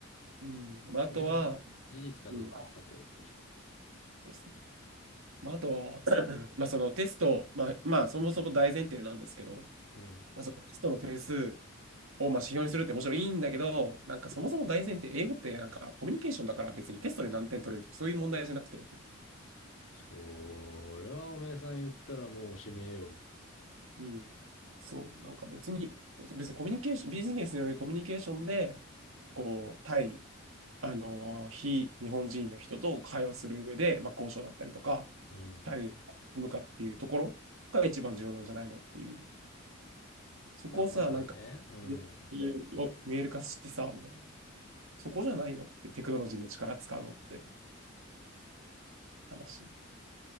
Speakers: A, on the right; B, on the left.
A: うん。まあ、
B: それが事実かどうかはさておきとして。
A: あとは、うん。そうですねまあ、あとは、<clears throat> まあ、そのテスト、まあ、まあ、そもそも大前提なんですけど、
B: うん。
A: まあ、そのテストの点数をまあ指標にするってもちろんいいんだけど、なんかそもそも大前提、英語ってなんかコミュニケーションだから別にテストで何点取れるとかそういう問題じゃなくて、
B: それはおめえさん言ったらもうおしめえよ。
A: うん。そう、なんか別に、別にコミュニケーション、ビジネスによるコミュニケーションで、こう、対あの、非日本人の人と会話する上で、まあ、交渉だったりとか、
B: うん。
A: 対立すかっていうところが一番重要なんじゃないのっていう。そこをさ、
B: まあまあね、
A: なんか、
B: うん。
A: 見えるよ見える化してさ、みたいな。そこじゃないのってテクノロジーの力使うのって話。